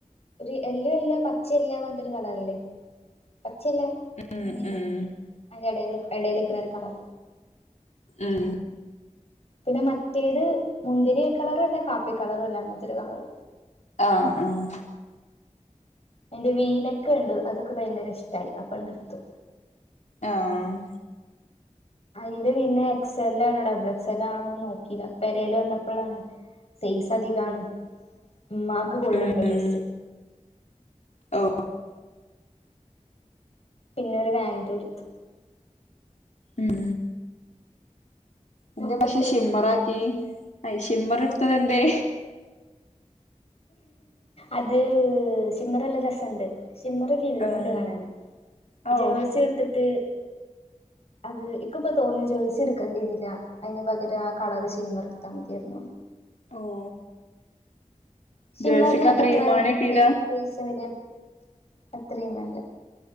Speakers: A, on the left (about 55°); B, on the left (about 70°).
A: ഒരു എല്ലൊ എല്ല പച്ചയല്ലാ പറഞിട്ട് ഒരു കളാറില്ലേ? പച്ചയല്ല
B: ഉം
A: മഞ്ഞല്ല
B: ഉം
A: അതിൻ്റെ എടേല്ക്ക്ണ ഒരു കളർ
B: മ്
A: പിന്നെ മറ്റേത് മുന്തിരിയ കളറും അല്ല കാപ്പി കളറും അല്ല അങ്ങൻതൊരു കളറ്.
B: ആ ആഹ്
A: എന്റെ വീലക്കേൻടു അതെനിക്ക് ഭയങ്കര ഇഷ്ട്ടായി അപണ്ട്ടുത്തു.
B: ആഹ്.
A: അയ്ടെ പിന്നെ എക്സെലാണോ ഡബിൾ എക്സെലാണോ എല്ല ആണോന്നും നോക്കില്ല പെരൽ വന്നപ്പളാണ് സൈസ് അധികാണ് ഇമ്മാക് കൊള്ള്ണ്ട്
B: ഉം
A: ഡ്രസ്സ്.
B: ഉം ഓ
A: പിന്നെ ഒരു വാലൻറു ഇട്ത്തു.
B: ഉം എന്തെപക്ഷെ
A: മൊത്തത്തിൽ
B: ഷിമ്മറാക്കി അയ് ഷിമ്മർ ഇടുത്തത് എന്തേയ്
A: അത് സിമ്മറല്ല രസണ്ട് സിമ്മറ് ൽമ്ണ്ട്
B: ആഹ്
A: കാണാൻ
B: ഔ
A: ജേഴ്സി എട്ത്തിട്ട് അത് ഇക്ക്പ്പൊ തോന്നും ജേഴ്സി എടുക്കെണ്ടിന്നില്ല അതിന് പകരം കളർ സിമ്മർ ഇടുത്താ മതിയേർന്നുന്ന്
B: ഓ
A: ഷിമ്മറിന്
B: ജേഴ്സിക്ക് അത്ര
A: എത്രേ
B: ഈമാന കിട്ടീല
A: പൈ പൈസ വര അത്രയൊന്നല്ല